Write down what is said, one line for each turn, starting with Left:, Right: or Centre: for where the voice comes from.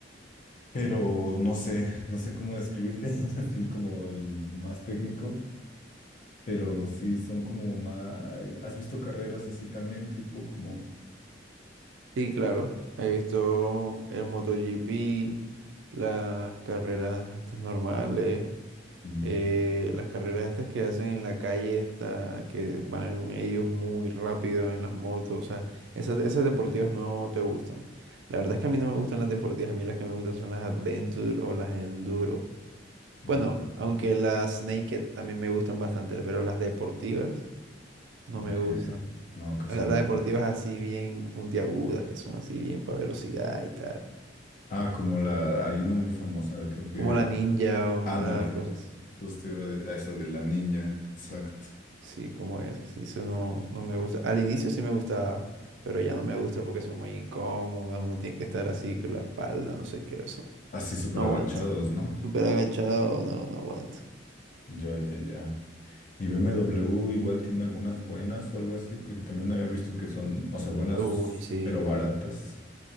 Left: pero no sé, no sé cómo describirte, <laughs> así como el más técnico, pero sí son como más. ¿Has visto carreras así también, tipo como?
Right: Sí, claro, he visto el MotoGP, las carreras estas normales,
Left: Mm,
Right: eh, las carreras estas que hacen en la calle, esta, que van ellos muy rápido en las motos, o sea, esas, esas deportivas no te gustan. La verdad es que a mí no me gustan las deportivas, a mí las que me gustan son las Adventure o las Enduro.
Left: mm,
Right: Bueno, aunque las Naked también me gustan bastante, pero las deportivas no
Left: Ok,
Right: me gustan.
Left: no, casi
Right: La-
Left: no.
Right: Las deportivas así bien puntiagudas, que son así bien para velocidad y tal.
Left: Ah, como la, hay una muy famosa, creo que.
Right: Como la Ninja o
Left: Ándale,
Right: una cosa así.
Left: justo iba a a esa de la ninja, exacto.
Right: Sí, como eso. Sí, eso no, no me gusta. Al inicio sí me gustaba, pero ya no me gusta porque son muy incómodas. Uno tiene que estar así con la espalda, no sé qué. O sea,
Left: Así súper
Right: no aguanto.
Left: agachados, ¿no?
Right: Súper agachado, no, no aguanto.
Left: Ya, ya, ya. Y BMW igual tiene algunas buenas o algo así, porque también había visto que son, o sea, buenas,
Right: Uy, sí.
Left: pero baratas.